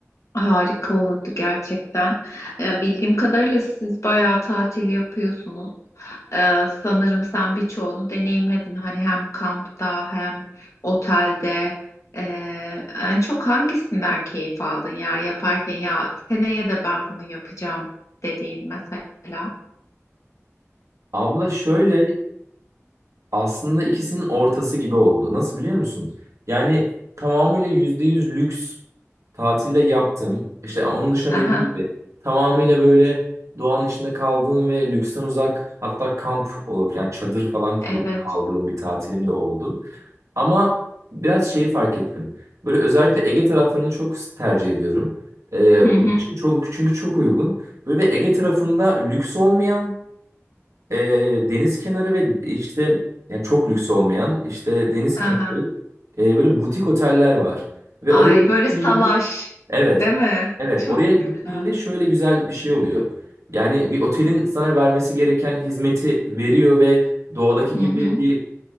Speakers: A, on the left; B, on the right.
A: Harika olurdu gerçekten. Ee, bildiğim kadarıyla siz bayağı tatil yapıyorsunuz. Ee, sanırım sen birçoğunu deneyimledin. Hani hem kampta hem otelde. Ee, en çok hangisinden keyif aldın ya yaparken ya seneye de ben bunu yapacağım dediğin mesela.
B: Abla şöyle aslında ikisinin ortası gibi oldu. Nasıl biliyor musun? Yani tamamıyla %100 lüks Tatilde yaptım. İşte onun dışında
A: Aha,
B: dediğim gibi tamamıyla böyle doğanın içinde kaldığım ve lüksten uzak hatta kamp olup yani çadır falan kurup
A: evet.
B: kaldığım bir tatilim de oldu. Ama biraz şeyi fark ettim. Böyle özellikle Ege taraflarını çok tercih ediyorum. Ee,
A: Hı hı.
B: bunun için çok, çünkü çok uygun. Böyle bir Ege tarafında lüks olmayan e, deniz kenarı ve işte yani çok lüks olmayan işte deniz
A: Aha.
B: kenarı e, böyle butik oteller var. Ve
A: Ay
B: oraya gittiğimde
A: böyle salaş,
B: evet.
A: değil mi?
B: Evet,
A: Çok
B: oraya gittiğinde
A: güzel.
B: şöyle güzel bir şey oluyor. Yani bir otelin sana vermesi gereken hizmeti veriyor ve doğadaki
A: Hı
B: gibi
A: hı.
B: bir